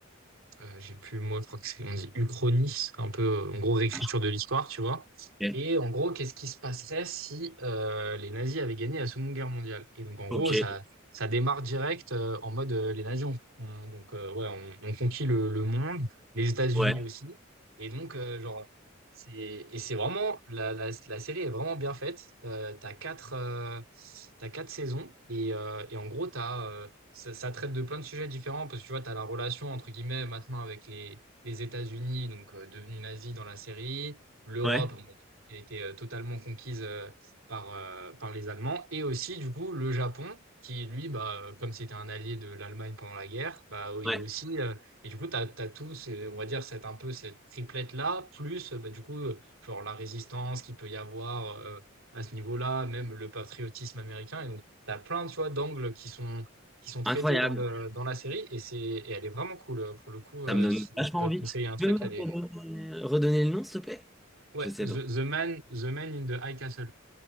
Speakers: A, on the right; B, in the centre.
A: Euh, j'ai plus le mot, je crois que c'est, on dit uchronie, un peu, euh, en gros, réécriture
B: Ah,
A: de l'histoire, tu vois.
B: Ok,
A: Et en gros, qu'est-ce qui se passerait si euh, les nazis avaient gagné la Seconde Guerre mondiale? Et donc, en
B: ok,
A: gros, ça, ça démarre direct euh, en mode euh, les nazis ont, ont- donc, euh, ouais, ont, ont conquis le, le monde, les États-Unis
B: ouais,
A: aussi. Et donc, euh, genre, c'est, et c'est vraiment, la, la, la série est vraiment bien faite. Euh, t'as quatre, euh, t'as quatre saisons et, euh, et en gros, t'as euh, ça, ça traite de plein de sujets différents parce que tu vois, tu as la relation entre guillemets maintenant avec les, les États-Unis, donc euh, devenus nazis dans la série, l'Europe
B: ouais,
A: bon, bah, du coup, qui a été euh, totalement conquise euh, par, euh, par les Allemands, et aussi du coup le Japon qui, lui, bah, euh, comme c'était un allié de l'Allemagne pendant la guerre, bah, oui,
B: ouais.
A: aussi, euh, et du coup, tu as, tout, c'est on va dire, cette, un peu cette triplette-là, plus euh, bah, du coup, euh, genre la résistance qu'il peut y avoir euh, à ce niveau-là, même le patriotisme américain, et donc tu as plein, tu vois, d'angles qui sont qui sont traités
B: Incroyable.
A: dans le, dans la série et c'est et elle est vraiment cool euh, pour le coup euh,
B: Ça me donne
A: si
B: vachement
A: je dois
B: envie.
A: te conseiller
B: Tu
A: un truc
B: peux me
A: elle est
B: redonner, redonner le nom, s'il te plaît?
A: ouais
B: Je vais essayer
A: The,
B: de...
A: The Man The Man in the High Castle